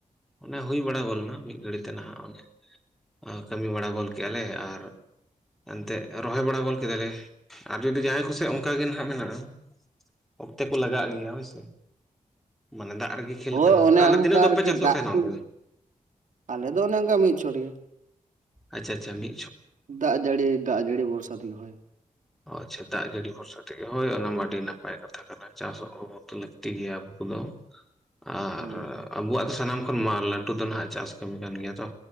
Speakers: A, in the centre; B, on the right.
A: ᱚᱱᱮ ᱦᱩᱭ ᱵᱟᱲᱟ ᱜᱚᱫᱱᱟ ᱢᱤᱫ ᱜᱷᱟᱹᱲᱤᱡ ᱛᱮ ᱱᱟᱦᱟᱜ ᱚᱱᱮ᱾ ᱠᱟᱹᱢᱤ ᱵᱟᱲᱟ ᱜᱚᱫ ᱠᱮᱫ ᱞᱮ ᱟᱨ, ᱮᱱᱛᱮᱫ ᱨᱚᱦᱚᱭ ᱵᱟᱲᱟ ᱜᱚᱫ ᱠᱮᱫᱟᱞᱮ᱾ ᱟᱨ ᱡᱩᱫᱤ ᱡᱟᱦᱟᱸᱭ ᱠᱚᱥᱮᱡ ᱚᱱᱠᱟᱜ ᱜᱮ ᱟᱜ ᱢᱮᱱᱟᱜᱼᱟ ᱚᱠᱛᱚ ᱠᱚ ᱞᱟᱜᱟᱜ ᱜᱮᱭᱟ ᱦᱳᱭᱥᱮ᱾ ᱢᱟᱱᱮ ᱫᱟᱜ ᱨᱮᱜᱮ
B: ᱦᱳᱭ ᱚᱱᱮ
A: ᱛᱟᱦᱚᱞᱮ
B: ᱚᱱᱠᱟ
A: ᱛᱤᱱᱟᱹᱜ ᱫᱚᱢ
B: ᱟᱨᱠᱤ
A: ᱯᱮ ᱪᱟᱥᱚᱜ
B: ᱫᱟᱜ
A: ᱛᱟᱦᱮᱱᱟ
B: ᱠᱩ
A: ᱚᱱᱛᱮ ᱫᱚ
B: ᱟᱞᱮ ᱫᱚ ᱚᱱᱮ ᱚᱱᱠᱟ ᱢᱤᱫ ᱪᱷᱚᱴ ᱜᱮ᱾
A: ᱟᱪᱪᱷᱟ ᱟᱪᱪᱷᱟ ᱢᱤ
B: ᱫᱟᱜ ᱡᱟᱹᱲᱤ ᱫᱟᱜ ᱡᱟᱹᱲᱤ ᱵᱚᱨᱥᱟ ᱛᱮ ᱦᱳᱭ
A: ᱟᱪᱪᱷᱟ ᱫᱟᱜ ᱡᱟᱹᱲᱤ ᱵᱷᱚᱨᱥᱟ ᱛᱮᱜᱮ ᱦᱳᱭ ᱚᱱᱟᱢᱟ ᱟᱹᱰᱤ ᱱᱟᱯᱟᱭ ᱠᱟᱛᱷᱟ ᱠᱟᱱᱟ ᱪᱟᱥᱚᱜ ᱦᱚᱸ ᱞᱟᱹᱠᱛᱤ ᱜᱮᱭᱟ ᱟᱵᱚ ᱠᱚᱫᱚ᱾ ᱟᱨ
B: ᱦᱳᱭ
A: ᱟᱵᱩᱭᱟᱜ ᱫᱚ ᱥᱟᱱᱟᱢ ᱠᱷᱚᱱ ᱢᱟ ᱞᱟᱹᱴᱩ ᱫᱚ ᱱᱟᱦᱟᱜ ᱪᱟᱥ ᱠᱟᱹᱢᱤ ᱠᱟᱱ ᱜᱮᱭᱟ ᱛᱚ᱾